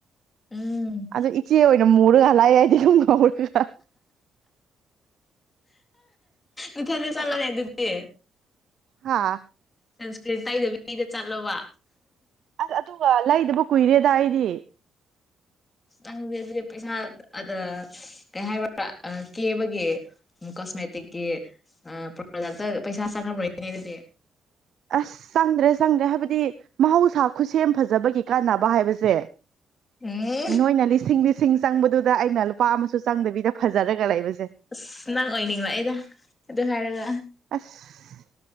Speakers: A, on the left (about 25°); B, on the right (about 65°).
A: ꯎꯝ
B: ꯑꯗꯨ ꯏꯆꯦ ꯑꯣꯏꯅ ꯃꯨꯔꯒ ꯂꯥꯛꯑꯏꯗꯤ ꯁꯨꯝ ꯉꯧꯔꯒ
A: ꯏꯊꯔ ꯆꯂꯅꯦ ꯑꯗꯨꯗꯤ
B: ꯍꯥꯥ
A: ꯁꯟꯁꯀ꯭ꯔꯤꯟ ꯇꯩꯗꯕꯤꯗ ꯆꯠꯂꯣꯕ
B: ꯑꯗꯨꯒ ꯂꯩꯗꯕ ꯀꯨꯏꯔꯦꯗ ꯑꯩꯗꯤ
A: ꯅꯪꯗꯤꯦ ꯑꯗꯨꯗꯤ ꯄꯩꯁꯥ ꯑ ꯀꯩ ꯍꯥꯏꯕ꯭ꯔꯥ ꯀꯦꯕꯒꯤ ꯎ ꯀꯣꯁꯃꯦꯦꯇꯛꯀꯤ ꯑ ꯄꯖ ꯄꯩꯁꯥ ꯁꯥꯅꯅꯦ ꯑꯗꯨꯗꯤ
B: ꯑꯁ ꯆꯪꯗ꯭ꯔꯦ ꯆꯪꯗ꯭ꯔꯦ ꯍꯥꯏꯕꯗꯤ ꯃꯍꯧꯁꯥ ꯈꯨꯠꯁꯦꯝ ꯐꯖꯕꯒꯤ ꯀꯥꯟꯅꯕ ꯍꯥꯏꯕꯁꯦ
A: ꯎꯝ
B: ꯅꯣꯏꯅ ꯂꯤꯁꯤꯡ ꯂꯤꯁꯤꯡ ꯆꯪꯕꯗꯨꯗ ꯑꯩꯅ ꯂꯨꯄꯥ ꯑꯃꯁꯨ ꯆꯪꯗꯕꯤꯗ ꯐꯖꯔꯒ ꯂꯩꯕꯁꯦ
A: ꯑꯁ ꯅꯪ ꯑꯣꯏꯅꯤꯡꯂꯛ ꯑꯩꯗ ꯑꯗꯨ ꯍꯥꯏꯔꯒ
B: ꯑꯁ